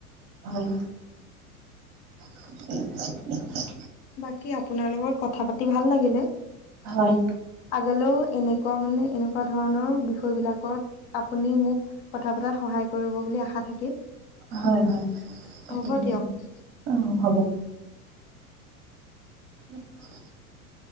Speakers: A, on the right; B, on the left.
A: হয়। <inaudible>
B: বাকী আপোনাৰ লগত কথা পাতি ভাল লাগিলে,
A: হয়
B: আগলেও এনে ক মানে এনেকুৱা ধৰণৰ বিষয় বিলাকত আপুনি মোক কথা পতাত সহায় কৰিব বুলি আখা খা থাকিল।
A: হয় হয় পাতিম
B: হ'ব দিয়ক।
A: অ' হ'ব। উম